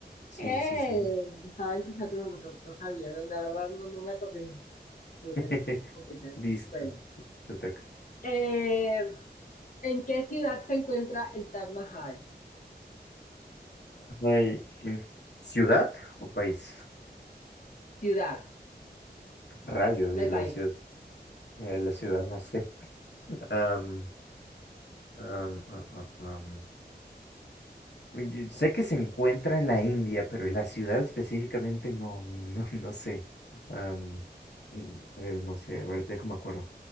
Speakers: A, on the left; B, on the left.
A: sí,
B: ¡Eh!
A: sí, sí.
B: Estaba entre Saturno, pero no sabía, no, la verdad no, no me acordé. Su
A: <laughs>
B: No es Júpiter.
A: Listo.
B: Bueno.
A: Te toca.
B: Eh, ¿en qué ciudad se encuentra el Taj Mahal?
A: Ay, en- ¿ciudad o país?
B: Ciudad,
A: Rayos
B: no
A: de
B: hay
A: la
B: país.
A: ciudad. eh, la ciudad, no sé. Am, am, ah, ah, am. Uy, Sé que se encuentra en la India, pero la ciudad específicamente no, no, <laughs> no sé. Am, mm, a ver, no sé. A ver, déjame acuerdo.